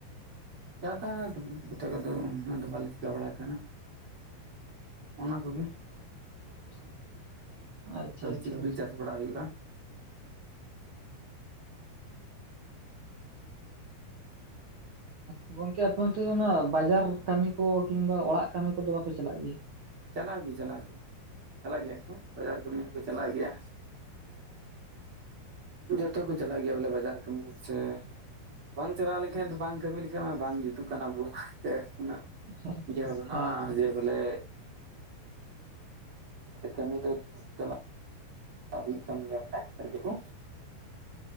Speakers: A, on the right (about 30°); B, on the right (about 70°).
A: ᱡᱟᱫᱟ ᱮᱴᱟᱜᱟᱜ ᱫᱚ ᱩᱱᱟᱹᱜ ᱫᱚ ᱵᱟᱞᱮ ᱪᱤᱠᱟᱹ ᱵᱟᱲᱟᱭ ᱛᱟᱦᱮᱱᱟ ᱚᱱᱟ ᱠᱚᱜᱮ,
B: <inaudible> ᱟᱪᱪᱷᱟ
A: ᱥᱟᱵᱽᱡᱤ
B: ᱟᱪᱪᱷᱟ
A: ᱠᱚᱜᱤ
B: ᱟᱪᱪᱷᱟ
A: ᱪᱟᱥ ᱵᱟᱲᱟ ᱦᱩᱭᱩᱜᱼᱟ,
B: ᱦᱮ ᱜᱚᱝᱠᱮ ᱟᱯᱮ ᱚᱱᱛᱮ ᱫᱚ ᱱᱟ ᱵᱟᱡᱟᱨ ᱠᱟᱹᱢᱤ ᱠᱚ ᱠᱤᱝᱵᱟ ᱚᱲᱟᱜ ᱠᱟᱹᱢᱤ ᱠᱚᱫᱚ ᱵᱟᱯᱮ ᱪᱟᱞᱟᱜ ᱜᱮᱭᱟ?
A: ᱪᱟᱞᱟᱣ ᱜᱮ ᱪᱟᱞᱟᱣ ᱜᱮ ᱪᱟᱞᱟᱜ ᱜᱮᱭᱟ ᱠᱚ ᱵᱟᱡᱟᱨ ᱠᱟᱹᱢᱤ ᱦᱚᱠᱚ ᱪᱟᱞᱟᱜ ᱜᱮᱭᱟ᱾ ᱡᱚᱛᱚ ᱠᱚ ᱪᱟᱞᱟᱜ ᱜᱮᱭᱟ ᱵᱚᱞᱮ ᱵᱟᱡᱟᱨ ᱠᱟᱹᱢᱤ ᱥᱮ ᱵᱟᱝ ᱪᱟᱞᱟᱣ ᱞᱮᱱᱠᱷᱟᱱ ᱫᱚ ᱵᱟᱝ ᱠᱟᱹᱢᱤ ᱞᱮᱠᱷᱟᱡ ᱢᱟ ᱵᱟᱝ ᱡᱩᱛᱩᱜ ᱠᱟᱱᱟ ᱟᱵᱚᱣᱟᱜ ᱛᱮᱜ ᱩᱱᱟᱹᱜ,
B: ᱦᱮᱸ
A: ᱤᱭᱟᱹ ᱦᱚ ᱵᱟᱹᱱᱩᱜᱼᱟ
B: ᱦᱮᱸ
A: ᱡᱮ ᱵᱚᱞᱮ ᱠᱟᱹᱢᱤ ᱫᱚ ᱪᱟᱞᱟᱜ ᱦᱩᱭᱩᱜ ᱠᱟᱱ ᱜᱮᱭᱟ ᱵᱚᱞᱮ ᱠᱟᱢᱤ ᱠᱚ,